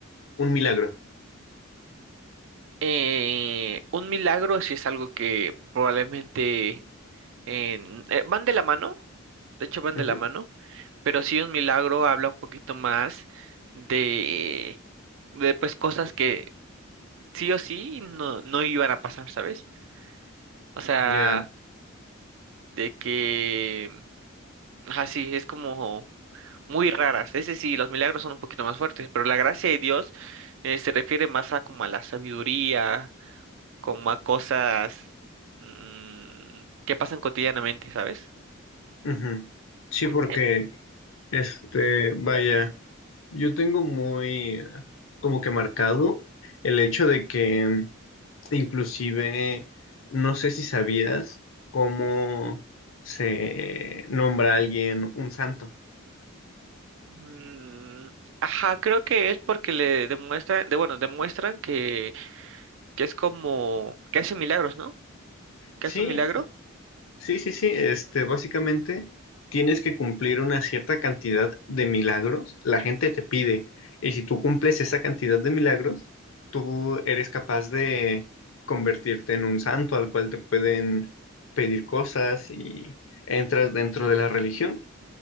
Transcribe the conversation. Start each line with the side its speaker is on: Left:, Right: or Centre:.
Left: un milagro?
Right: Eh, un milagro sí es algo que probablemente en- eh, van de la mano, de hecho van
Left: Ujú,
Right: de la mano, pero sí un milagro habla un poquito más de, de pues cosas que sí o sí no, no iban a pasar, ¿sabes? O sea,
Left: Ya.
Right: de que, así es como... muy raras. Ese sí, los milagros son un poquito más fuertes, pero la gracia de Dios eh, se refiere más a como a la sabiduría, como a cosas mm, que pasan cotidianamente, ¿sabes?
Left: ujú. Sí, porque,
Right: Eh,
Left: este, vaya, yo tengo muy ah, como que marcado el hecho de que Inclusive, no sé si sabías cómo se nombra a alguien un santo.
Right: mm, ajá, creo que es porque le demuestran, de, bueno, demuestran que, que es como que hace milagros, ¿no? Que
Left: Sí,
Right: hace un milagro.
Left: sí, sí, sí. Este, básicamente tienes que cumplir una cierta cantidad de milagros. La gente te pide. Y si tú cumples esa cantidad de milagros, tú eres capaz de convertirte en un santo al cual te pueden pedir cosas y entras dentro de la religión.